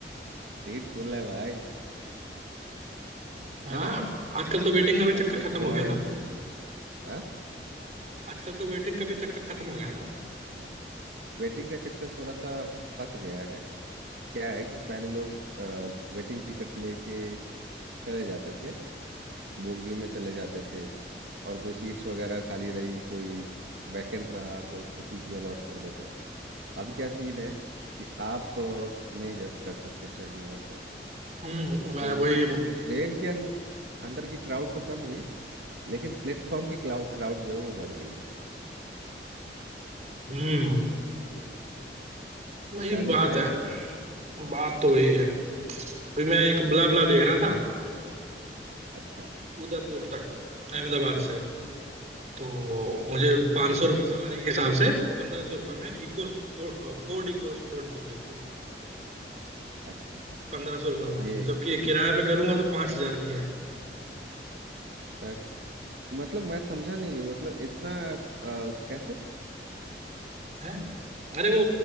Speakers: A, on the right; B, on the right.
A: सीट फुल है भाई
B: हाँ
A: है ना
B: आजकल तो वेटिंग का भी
A: अपने
B: चक्कर खत्म
A: चौड़
B: हो गया ना
A: में चलती है हाँ
B: आजकल तो वेटिंग का भी चक्कर खत्म हो गया ना
A: वेटिंग का चक्कर थोड़ा सा फंस गया है क्या है कि पहले लोग वेटिंग टिकट लेके चले जाते थे बोगियों में चले जाते थे और कोई सीट्स वगैरह खाली रही कोई वैकेंट रहा तो उसको टीटी अलॉट कर देता था अब क्या सीन है कि आप अ, नहीं जा चढ़ सकते ट्रेन में वैसे
B: हम्म मैं
A: तो
B: वही
A: इससे ट्रेन के अन, अंदर की क्राउड तो कम हुई लेकिन प्लेटफॉर्म की क्राउड क्राउड जो है वो बढ़ गई
B: हम्म
A: ये
B: वही
A: बेचारे
B: बात
A: जाए
B: है
A: कहाँ
B: बात तो वही है अभी मैं एक ब्ला ब्ला देख रहा था
A: अच्छा
B: उदयपुर तक अहमदाबाद से तो मुझे 500 सौ रुपये सवारी के हिसाब से पंद्रह सौ रुपये में EcoSport Ford EcoSport मिल रही थी
A: अच्छा
B: पंद्रह सौ रुपये में
A: ये
B: जबकि
A: किस
B: किराए पे करूंगा तो पांच हजार की है
A: अ, मतलब मैं समझा नहीं मतलब इतना अ, कैसे
B: हैं अरे वो